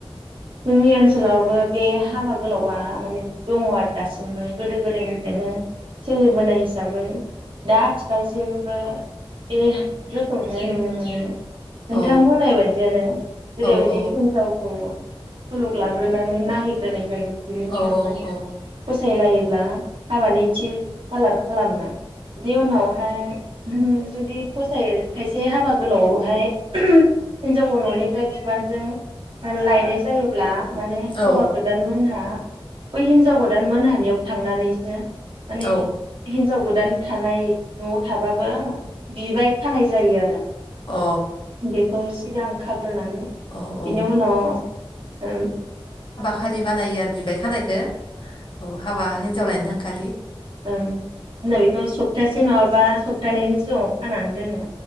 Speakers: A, on the right; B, on the left.
A: जोंनि ओनसोलावबो बे हाबा गोलावआ माने दङ आरो दासिमबो गोदो गोदायनिफ्रायनो सोलिबोनाय हिसाबै दा आथिखालसिमबो बे गोथौनो नुनो मोनो। नोंथां
B: औ
A: बुंनाय बायदियानो जेरैबायदि
B: औ औ
A: हिनजाव सुलुग लाग्रोनानै नायहैग्रोनाय जायो। बिनि
B: औ
A: उनावहाय
B: औ
A: फसाय लायो ब्ला हाबानि थि खालार खालामो बेनि उनावहाय जुदि फसाय खायसे हाबा गोलावआवहाय हिनजावखौ न'निफ्राय बिबानजों लायनाय जायोब्ला माने
B: औ
A: हौवा गोदान मोनहा बै हिनजाव गोदान मोनहानियाव थांनानैसो माने
B: औ
A: हिनजाव गो दान थानाय न'आव थाबाबो बिबाय खानाय जायो आरो
B: औ
A: बेखौ सिगां खाग्रोनानै
B: औ
A: बिनि
B: औ
A: उनाव ओ
B: फालि बानायो आर बिबाय खानायखो औ हाबा हिनजाव लायनो थांखालि
A: ओं जोंना बेखौ सप्तासे नङाबा सप्तानैनि सिगाङाव खानानै दोनो